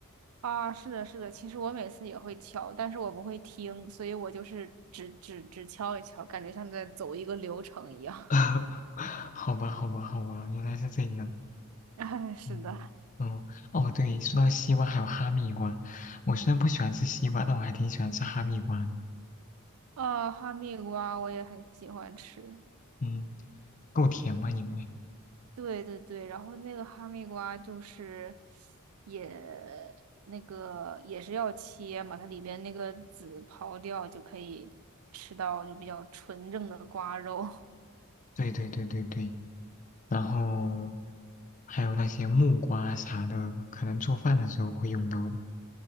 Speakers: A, on the right; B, on the left.
A: 啊，是的，是的，其实我每次也会敲，但是我不会听，所以我就是只只只敲一敲，感觉像在走一个流程一样。
B: <laughs> 好吧，好吧，好吧，原来是这样。
A: <laughs> 哎，是的，
B: 嗯，哦哦，对，说到西瓜还有哈密瓜，我虽然不喜欢吃西瓜，但我还挺喜欢吃哈密瓜的。
A: 啊，哈密瓜我也很喜欢吃。
B: 嗯，够甜吗因为
A: 对对对，然后那个哈密瓜就是也那个也是要切嘛，它里边那个籽刨掉就可以吃到就比较纯正的瓜肉。
B: 对对对对对，然后还有那些木瓜啥的，可能做饭的时候会用到吧，